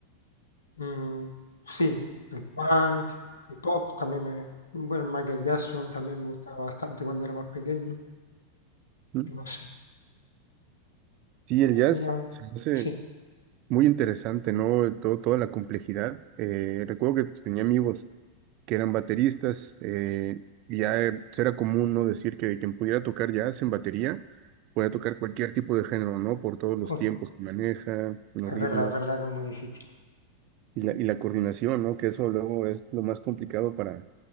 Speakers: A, on the left; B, on the right.
A: mm, sí, el punk, el pop también me, bueno, Michael Jackson también me gustaba bastante cuando era más pequeño,
B: Mm.
A: no sé,
B: Sí, el
A: alguna,
B: jazz se me hace
A: sí,
B: muy interesante, ¿no? Eh, Todo, toda la complejidad. Eh, recuerdo que pues, tenía amigos que eran bateristas, eh, y ya eh, pues, era común, ¿no? Decir que quien pudiera tocar jazz en batería, podía tocar cualquier tipo de género, ¿no? Por todos los
A: o-
B: tiempos que maneja, los
A: es
B: ritmos
A: verdad, es verdad que es muy difícil.
B: y la, y la coordinación, ¿no? Que eso luego es lo más complicado para,